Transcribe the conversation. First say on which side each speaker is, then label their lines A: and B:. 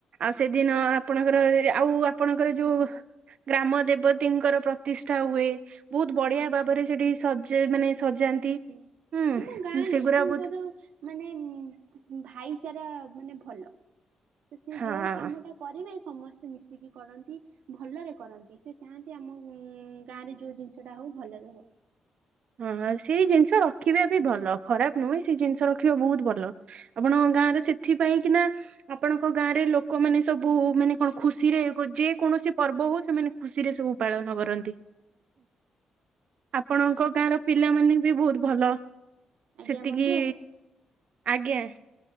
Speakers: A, on the right; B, on the right.
A: ଆଉ ସେଦିନ ଆପଣଙ୍କର ଆଉ ଆପଣଙ୍କର ଯୋଉ ଗ୍ରାମ ଦେବତୀଙ୍କର ପ୍ରତିଷ୍ଠା ହୁଏ। ବହୁତ ବଢ଼ିଆ
B: ଆଜ୍ଞା
A: ଭାବରେ ସେଇଠି ସଜ ମାନେ ସଜାନ୍ତି।
B: ହଁ
A: ହୁଁ
B: ଆମ ଗାଁ ଲୋକଙ୍କର
A: ସେଗୁରା ବହୁତ
B: ମାନେ ଭାଇଚାରା ମାନେ ଭଲ। ତ ସିଏ
A: ହଁ।
B: ଯୋଉ କାମଟା କରିବେ ସମସ୍ତେ ମିଶିକି କରନ୍ତି। ଭଲରେ କରନ୍ତି ସେ ଚାହାନ୍ତି ଉଁ ଆମ ଗାଁ ରେ ଯୋଉ ଜିନିଷ ଟା ହଉ ଭଲରେ ହଉ।
A: ହଁ ହଁ ସେଇ ଜିନିଷ ରଖିବା ବି ଭଲ ଖରାପ ନୁହେଁ ସେଇ ଜିନିଷ ରଖିବା ବହୁତ ଭଲ। ଆପଣଙ୍କ ଗାଁ ରେ ସେଥିପାଇଁ କି ନା ଆପଣଙ୍କ ଗାଁରେ ଲୋକମାନେ ସବୁ ମାନେ କଣ ଖୁସିରେ ଯେ କୌଣସି ପର୍ବ ହଉ ସେମାନେ ଖୁସିରେ ସବୁ ପାଳନ କରନ୍ତି।
B: <inaudible>
A: ଆପଣଙ୍କ ଗାଁର, ପିଲା ମାନେ ବି ବହୁତ ଭଲ।
B: ଆଜ୍ଞା
A: ସେତିକି
B: ବନ୍ଧୁ
A: ଆଜ୍ଞା!